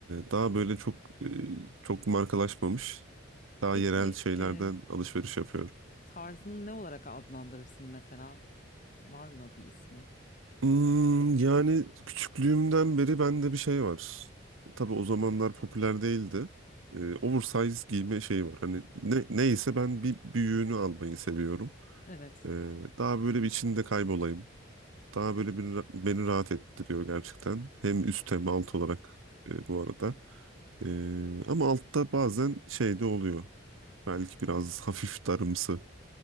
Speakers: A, on the right (about 85°); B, on the left (about 40°).
A: daha böyle çok e, çok markalaşmamış, daha
B: Peki
A: yerel şeylerden
B: e,
A: alışveriş yapıyorum.
B: tarzını ne olarak adlandırırsın mesela? Var mı bir ismi?
A: Hmm, yani küçüklüğümden beri bende bir şey var. Tabii o zamanlar popüler değildi. Ee, oversize giyme şeyi var. Hani ne, neyse ben bir büyüğünü almayı seviyorum.
B: Evet.
A: Ee, daha böyle bir içinde kaybolayım. Daha böyle bir, beni rahat ettiriyor gerçekten. Hem üst hem alt olarak e, bu arada. Ee, ama altta bazen şey de oluyor. Belki biraz <laughs> hafif darımsı